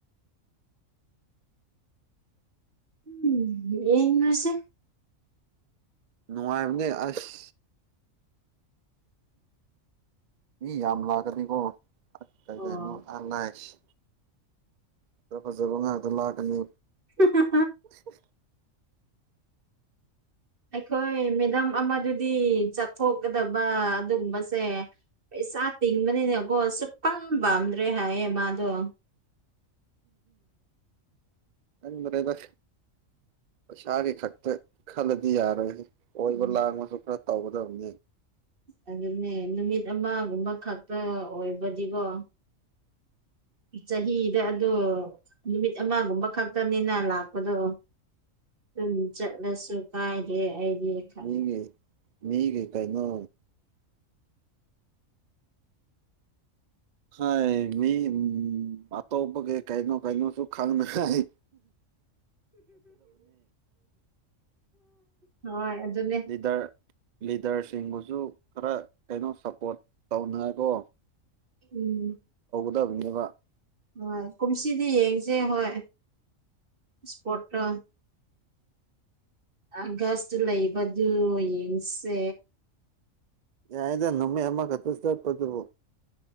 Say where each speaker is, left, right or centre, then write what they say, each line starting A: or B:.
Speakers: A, on the right; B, on the right.
A: ꯎꯝ ꯌꯅꯤꯚꯔꯁꯤ
B: ꯅꯅꯨꯡꯉꯥꯏꯅꯦ ꯑꯁ ꯃꯤ ꯌꯥꯝ ꯂꯥꯛꯀꯅꯤꯉꯣ ꯀꯩ
A: ꯑꯣ
B: ꯀꯩꯅꯣ ꯑ ꯂꯥꯏꯁ ꯐꯖ ꯐꯖꯕ ꯉꯥꯏꯗ ꯂꯥꯛꯀꯅꯤ
A: ꯍ ꯍ
B: ꯀ
A: ꯑꯩꯈꯣꯏ ꯃꯦꯗꯝ ꯑꯃꯗꯨꯗꯤ ꯆꯠꯊꯣꯛꯀꯗꯕ ꯑꯗꯨꯒꯨꯝꯕꯁꯦ ꯄꯩꯁꯥ ꯇꯤꯡꯕꯅꯤꯅꯀꯣ ꯑꯁꯨꯨꯛꯄꯪ ꯄꯥꯝꯗ꯭ꯔꯦ ꯍꯥꯏꯌꯦ ꯃꯥꯗꯣ
B: ꯑ ꯃꯔꯔꯦꯗ ꯁꯥꯔ ꯈꯛꯇꯛꯇ ꯈꯜꯗꯤ ꯌꯥꯔꯦ ꯑꯣꯏꯕ
A: ꯎꯝ
B: ꯂꯥꯡꯕꯁꯨ ꯈꯔ ꯇꯧꯒꯗꯕꯅꯤ
A: ꯑꯗꯨꯅꯦ ꯅꯨꯃꯤꯠ ꯑꯃꯒꯨꯝꯕ ꯈꯛꯇ ꯑꯣꯏꯕꯗꯤꯀꯣ ꯆꯍꯤꯗ ꯑ ꯅꯨꯃꯤꯠ ꯑꯃꯒꯨꯝꯕ ꯈꯛꯇꯅꯤꯅ ꯂꯥꯛꯄꯗꯣ ꯑꯗꯨꯝ ꯆꯠꯂꯁꯨ ꯀꯥꯏꯔꯦ ꯑꯩꯗꯤ ꯈꯜꯂꯦ
B: ꯃꯤꯒ ꯃꯤꯒ ꯀꯩꯅꯣ ꯍ ꯃꯤ ꯑꯇꯄꯒꯦ ꯀꯥꯏꯅꯣ ꯀꯥꯏꯅꯣ ꯁꯁꯨ ꯈꯥꯡꯅꯥꯏ
A: ꯍꯣꯏ ꯑꯗꯨꯅꯦ
B: ꯂꯤꯗꯔ ꯂꯤꯗꯔꯁꯤꯡꯕꯨꯁꯨ ꯈꯔ ꯀꯩꯅꯣ ꯁꯞꯄꯣꯔꯠ ꯇꯧꯅꯀꯣ
A: ꯎꯝ
B: ꯕꯅꯤꯕ
A: ꯍꯣꯏ ꯀꯨꯝꯁꯤꯗꯤ ꯌꯦꯡꯁꯦ ꯍꯣꯏ ꯏꯁꯄꯣꯇꯥ ꯑꯒꯁꯇ ꯂꯩꯕꯗꯨ ꯌꯦꯡꯁꯦ
B: ꯌꯥꯏꯗ ꯅꯃꯤꯃꯦ ꯑꯃꯛ ꯍꯇꯁ ꯄꯗꯨꯕꯣ